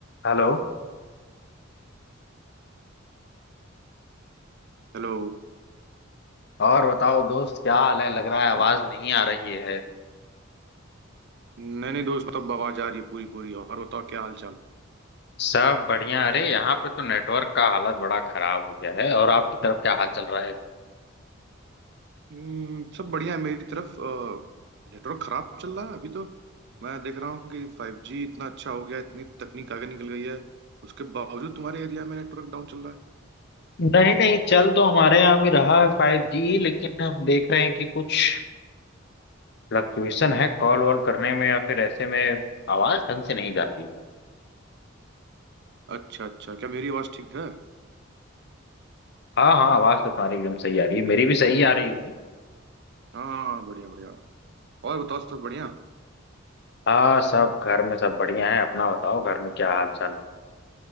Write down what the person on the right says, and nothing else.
Hello
नहीं नहीं दोस्त तब आवाज आ रही है पूरी पूरी और बताओ क्या हाल चाल
हम्म सब बढ़िया है मेरी तरफ अ, नेटवर्क खराब चल रहा है अभी तो मैं देख रहा हूँ कि फाइव जी इतना अच्छा हो गया है, इतनी तकनीक आगे निकल गई है उसके बावजूद तुम्हारे एरिया में नेटवर्क डाउन चल रहा है
अच्छा अच्छा क्या मेरी आवाज ठीक है
हाँ बढ़िया बढ़िया और बताओ सब बढ़िया